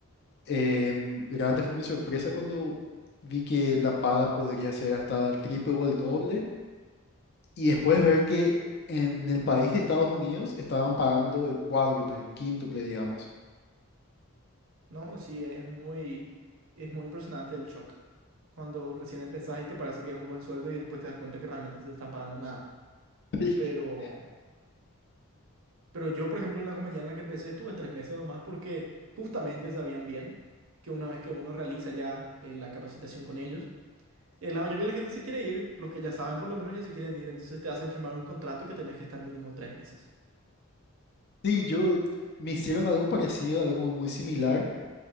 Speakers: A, on the left; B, on the right.
A: em, grande fue mi sorpresa cuando vi que la paga podría ser hasta el triple o el doble Y después ver que en el país de Estados Unidos estaban pagando el cuádruple, quíntuple, digamos.
B: No, sí, es muy, es muy impresionante el shock. Cuando recién empezás y te parece que es un buen sueldo y después te das cuenta que realmente te están pagando nada.
A: <laughs>
B: Pero, pero yo, por ejemplo, en la compañía en la que empecé estuve tres meses nomás porque justamente sabían bien que una vez que uno realiza ya eh, la capacitación con ellos, eh, la mayoría de la gente se quiere ir, los que ya saben por lo menos ya se quieren ir, entonces te hacen firmar un contrato que tenés que estar mínimo tres meses.
A: Sí, yo me hicieron algo parecido, algo muy similar,